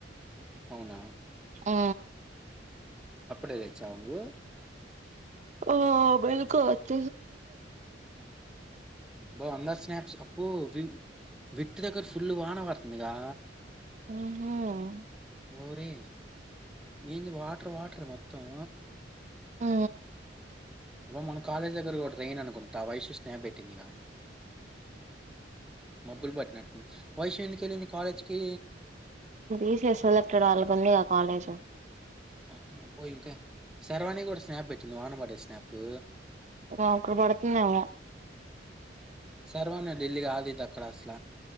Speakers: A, in the centre; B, on the right.
A: అవునా
B: ఆ
A: అప్పుడదచ్చా అంగ
B: ఆఓ బల్కుచ్చ
A: బా అందా స్నాప్స్ అప్పు వి విట్ దగ్ర ఫుల్ వాన వర్త గా
B: ఆహ
A: ఊరి ఏంది వాటర్ వాటర్ మొత్తం
B: ఆ
A: అబ్బ మన కాలేజ్ దగ్గర కూడా ట్రైయిన్ అనుకుంటా వయసు స్నేప్ పెట్టిందిగా మబ్బులు పట్టిన వైసు ఎందుక వెళ్ళింది కాలేజ్కి
B: బీసీఎస్ సెలెక్టెడ్ వాళ్ళకు ఉందిగా కాలేజ్
A: ఆ అబ్బోయి ఇంకా సర్వానికి కూడా స్నాప్ పెట్టింది వానవాడే స్నాప్
B: అక్కడ పడుతుందేమో
A: సర్వాన్ని ఢలీగా ఆది దక్కడసలా